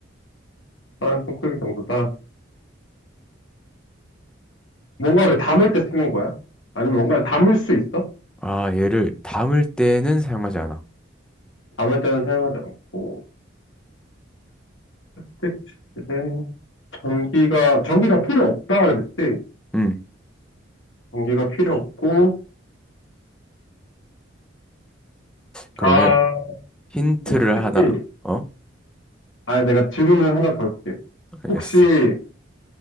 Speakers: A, on the left; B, in the centre.
A: 사람 손 크기 정도다. 뭔가를 담을 때 쓰는 거야? 아니면 뭔가를 담을 수 있어?
B: 아, 얘를 담을 때는 사용하지 않아.
A: 담을 때는 사용하지 않고. 스틱 재질. 전기가, 전기가 필요 없다 그랬지.
B: 음.
A: 전기가 필요 없고,
B: 그러면
A: 아,
B: 힌트를
A: 혹시-
B: 하나. 어?
A: 아, 내가 질문을 하나 더 해볼게.
B: 알겠어.
A: 혹시